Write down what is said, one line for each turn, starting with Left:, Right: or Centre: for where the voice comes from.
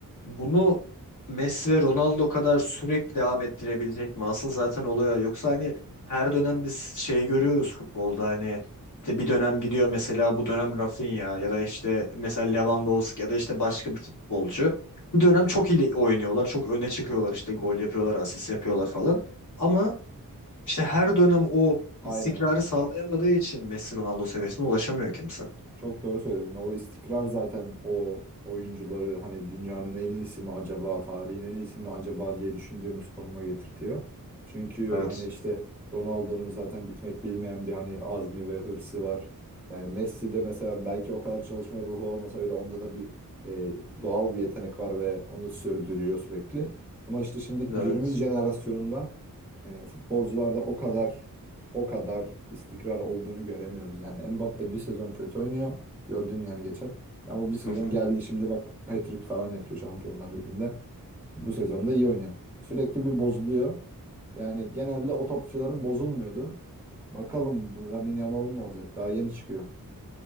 Left: bunu Messi ve Ronaldo kadar sürekli devam ettirebilecek mi? Asıl zaten oluyor. Yoksa hani her dönem biz şey görüyoruz futbolda hani işte bir dönem gidiyor mesela bu dönem Rafinha ya da işte mesela Lewandowski ya da işte başka bir futbolcu. Bir dönem çok iyi oynuyorlar, çok öne çıkıyorlar işte gol yapıyorlar, asist yapıyorlar falan. Ama işte her dönem o
Centre: Aynen.
Left: istikrarı sağlayamadığı için Messi Ronaldo seviyesine ulaşamıyor kimse.
Centre: Çok doğru söyledin. O istikrar zaten o oyuncuları hani dünyanın en iyisi mi acaba, tarihin en iyisi mi acaba diye düşündüğümüz konuma getirtiyor. Çünkü
Left: Evet.
Centre: hani işte Ronaldo'nun zaten bitmek bilmeyen bir hani azmi ve hırsı var. Yani Messi'de mesela belki o kadar çalışma ruhu olmasa bile onda da bir e, doğal bir yetenek var ve onu sürdürüyor sürekli. Ama işte şimdi günümüz
Left: Evet.
Centre: jenerasyonunda e, futbolcularda o kadar o kadar istikrar olduğunu göremiyoruz yani. Mbappe bir sezon kötü oynuyor. Gördün yani geçen. Ama bir sezon
Left: Hı hı.
Centre: geldi şimdi bak hat-trick falan yapıyor Şampiyonlar Ligi'nde. Bu sezonda iyi oynuyor. Sürekli bir bozuluyor. Yani genelde o topçuların bozulmuyordu. Bakalım bu Lamine Yamal'ın ne olacak? Daha yeni çıkıyor.